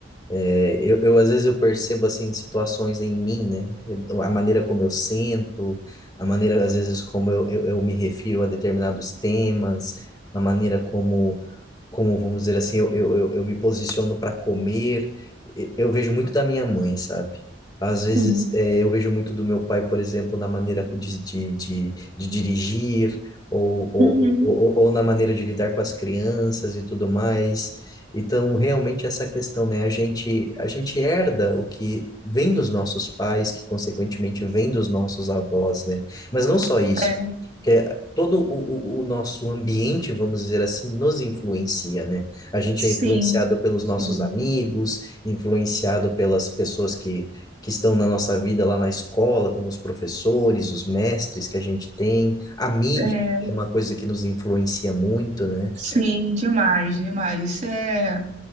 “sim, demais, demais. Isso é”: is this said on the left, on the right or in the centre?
Right